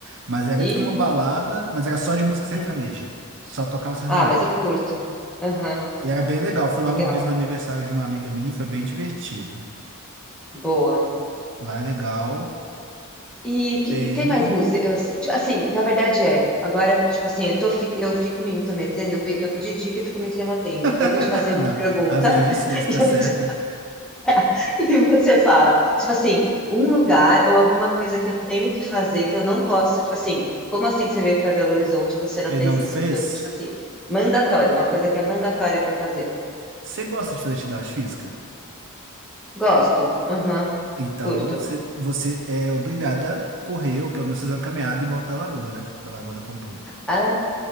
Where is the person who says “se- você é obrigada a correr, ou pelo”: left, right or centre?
Right